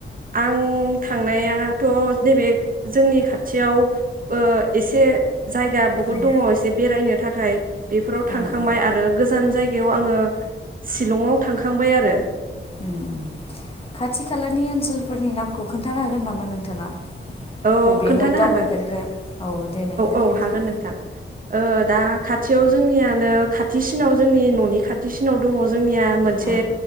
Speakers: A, on the right (about 45°); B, on the left (about 30°).
A: आं थांनायाथ' नैबे जोंनि खाथियाव ओ एसे जायगा बहुत
B: ओं
A: दंङ एसे बेरायनो थाखाय बेफोराव थांखांबाय
B: ओं ओं
A: आरो गोजान जाय गायाव आंङो सिलंआव थांखांबाय आरो।
B: उम खाथि खालानि ओनसोलफोरनि नामखौ खोन्थानो हागोन नामा नोंथाङा?
A: औ
B: बबेयावहाय
A: खोन्थानो
B: दावबायफेरखो
A: हागोन
B: औ देनाय खोनथानायसाय।
A: औ हागोन नोंथां ओ दा खाथियाव जोंनियानो खाथिसिनाव जोंनि न'नि खाथिसिनाव दंङ जोंनिया मोनसे
B: औ